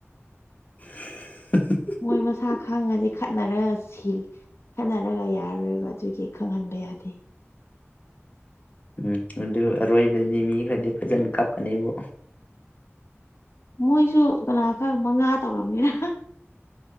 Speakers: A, on the left; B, on the left.
A: <unintelligible>
B: ꯃꯣꯏ ꯃꯁꯥ ꯈꯪꯉꯗꯤ ꯈꯠꯅꯔ ꯁꯤ ꯈꯠꯅ ꯈꯠꯅꯔ ꯌꯥꯔꯔꯣꯏꯕ ꯑꯗꯨꯒꯤ ꯈꯪꯍꯟꯕ ꯌꯥꯗꯦ
A: ꯎꯝ ꯑꯗꯨ ꯑꯔꯣꯏꯕꯗꯤ ꯃꯤ ꯈ꯭ꯔꯗꯤ ꯐꯖꯟ ꯀꯞꯀꯅꯤꯕꯣ
B: ꯃꯣꯏꯁꯨ ꯀꯅꯥꯈꯪ ꯃꯉꯥ ꯇꯧꯔꯝꯒꯦꯔ